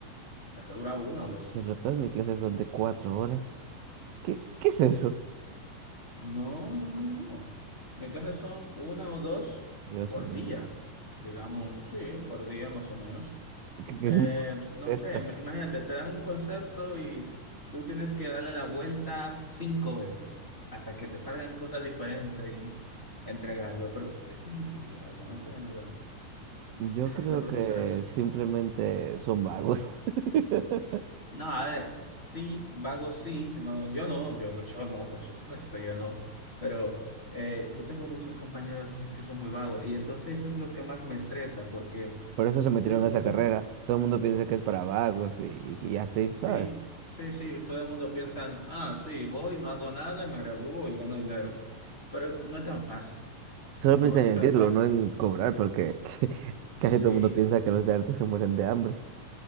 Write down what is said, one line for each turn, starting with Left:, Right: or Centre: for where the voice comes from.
Left: mi clase dura una o dos.
Right: pero todas mis clases son de cuatro horas. ¿Qué, qué es eso?
Left: No, no, no, no. Mis clases son una o dos
Right: Dios
Left: por
Right: mío.
Left: día, digamos, sí, por día más o menos.
Right: ¿Qué, qué
Left: Eh,
Right: sí me
Left: pues, no
Right: contesta?
Left: sé, me- imagínate, te dan un concepto y tú tienes que darle la vuelta cinco veces hasta que te salgan cosas diferentes y entregarlo, pero es que es difícil, la verdad, no te voy a negar.
Right: Yo creo
Left: Los profesores.
Right: que simplemente son vagos. <laughs>
Left: No, a ver, sí, vago sí, no, yo no, yo no, yo no, por supuesto, yo no, pero eh, yo tengo muchos compañeros que, es que son muy vagos y entonces eso es lo que más me estresa porque
Right: Por eso se metieron
Left: yo tengo,
Right: a esa
Left: com-
Right: carrera. Todo el mundo piensa que es para vagos y, y así,
Left: sí,
Right: ¿sabes?
Left: sí, sí, todo el mundo piensa, ah, sí, voy, no hago nada, me gradúo y gano dinero, pero no es tan fácil, no
Right: Solo piensan
Left: es
Right: en
Left: tan
Right: el título,
Left: fácil,
Right: no en cobrar, porque <laughs>
Left: sí,
Right: casi todo el mundo piensa que los de arte se mueren de hambre.